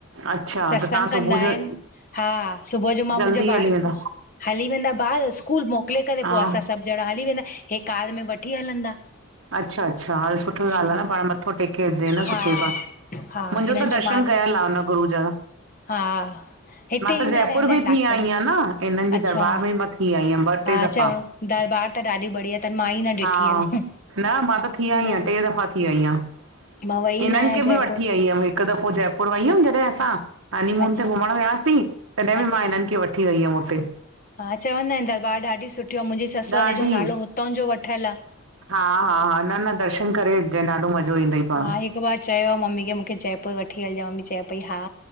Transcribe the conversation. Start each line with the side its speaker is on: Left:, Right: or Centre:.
Right: अच्छा, त तव्हां
Left: तंग कंदा
Right: सुबुह
Left: आहिनि?
Right: जो
Left: हाँ, सुबुह जो मां
Right: जल्दी
Left: मुंहिंजो
Right: हली
Left: ॿार
Right: वेंदा
Left: हली वेंदा ॿार, स्कूल मोकिले करे
Right: हा
Left: पो असां सभु ॼण़ा हली वेंदा हे कार में वठी हलंदा।
Right: अच्छा-अच्छा, हल सुठी
Left: हा
Right: ॻाल्हि आ न पाण़ मथो़ टेके अचे जेंईं न
Left: हा
Right: सुठे सां।
Left: हा
Right: मुंहिंजो
Left: हिननि
Right: त दर्शन
Left: जो मां बि
Right: कयल आ हुन गुरु जा।
Left: हा। हिते
Right: मां त
Left: ईंदा
Right: जयपुर
Left: रहंदा आहिनि
Right: बि
Left: नागपुर
Right: थी आईयां
Left: में
Right: न इन्हनि जी
Left: अच्छा
Right: दरबार में मां थी आई यां मां ॿ
Left: हा
Right: टे दफ़ा।
Left: चव दरबार त ॾाढी बढ़िया त मा ई न ॾिठी
Right: हा,
Left: आहे
Right: न मां त थी
Left: न
Right: आई यां, टे दफ़ा थी आई यां।
Left: मां वई
Right: हिननि
Left: न आहियां
Right: खे
Left: जयपुर
Right: बि वठी वइयम हिकु हिकु दफ़ो जयपुर वई हुयमि
Left: अच्छा
Right: जॾहिं
Left: अच्छा
Right: असां हनीमून
Left: अच्छा
Right: ते घुमणु वियासीं, तॾहिं
Left: अच्छा
Right: बि मां हिननि खे वठी वठी वई हुयम हुत्ते।
Left: हा चवंदा आहिन दरबार ॾाढी सुठी आ, अंउ मुंहिंजे सससौरे
Right: ॾाढी
Left: जो नालो हुतांउं जो वठियलु आ।
Right: हा हा, ना ना दर्शन करे अचजंई, ॾाढो मज़ो ईंदई। पाण
Left: हा हिकु बार चयो मम्मी खे मूंखे जयपुर वठी हलजां, मम्मी चए पई, हा।